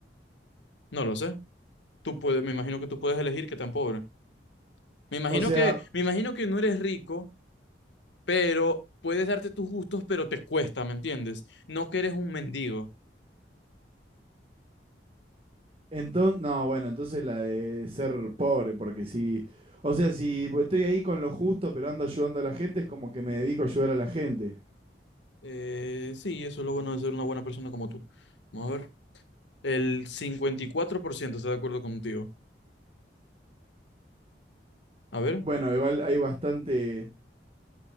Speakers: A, on the left (about 80°); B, on the right (about 30°).
A: No lo sé. Tú puedes, me imagino que tú puedes elegir qué tan pobre. Me imagino
B: O sea,
A: que, me imagino que no eres rico, pero puedes darte tus gustos, pero te cuesta, ¿me entiendes? No que eres un mendigo.
B: entonces, no, bueno, entonces la de ser pobre, porque si, o sea, si estoy ahí con lo justo, pero ando ayudando a la gente, es como que me dedico a ayudar a la gente.
A: Eh, sí, eso es lo bueno de ser una buena persona como tú. Vamos a ver. El 54% está de acuerdo contigo. A ver.
B: Bueno, igual hay bastante,